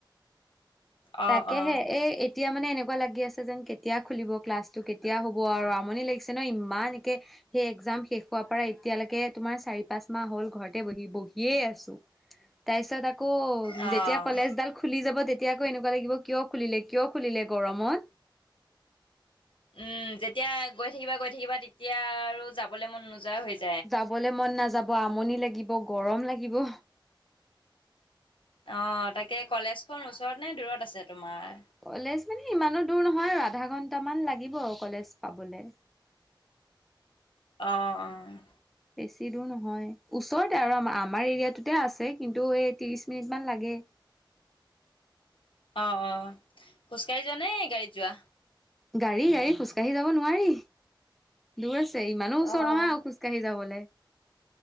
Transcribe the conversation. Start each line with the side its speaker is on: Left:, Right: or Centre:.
Left: অ'
Centre: তাকেহে এই এতিয়া মানে এনেকুৱা লাগি আছে যেন কেতিয়া খুলিব ক্লাছটো কেতিয়া হ'ব আৰু আমনি লাগিছে ন ইমান একে সেই একজাম শেষ হোৱাৰ পৰা এতিয়ালৈকে তোমাৰ চাৰি পাঁচ মাহ হল ঘৰতে বহি বহিয়ে আছো। তাছত আকৌ।
Left: অ' অ'।
Centre: যেতিয়া কলেজডাল খুলি যাব তেতিয়া আকৌ এনেকুৱা লাগিব কিয় খুলিলে কিয় খুলিলে গৰমত।
Left: উম, যেতিয়া গৈ থাকিবা গৈ থাকিবা তেতিয়া আৰু যাবলৈ মন নোযোৱা হৈ য-
Centre: যাবলৈ মন নাযাব, আমনি লাগিব, গৰম লাগিব।
Left: অ, তাকে কলেজখন ওচৰত নে দূৰত আছে তোমাৰ?
Centre: কলেজ মানে ইমানো দূৰ নহয় আৰু আধা ঘন্টামান লাগিব কলেজ পাবলে।
Left: অ অ।
Centre: বেছি দূৰ নহয়। ওচৰতে আৰু আ আমাৰ এৰিয়াটোতে আছে। কিন্তু এই ত্ৰিশ মিনিটমান লাগে।
Left: অ অ, খোজকাঢ়ি যোৱা নে গাড়ীত যোৱা?
Centre: গাড়ী গাড়ী খোজকাঢ়ি যাব নোৱাৰি। দূৰ আছে ইমানো ওচৰ
Left: অহ,
Centre: নহয় অ খোজ কাঢ়ি যাবলে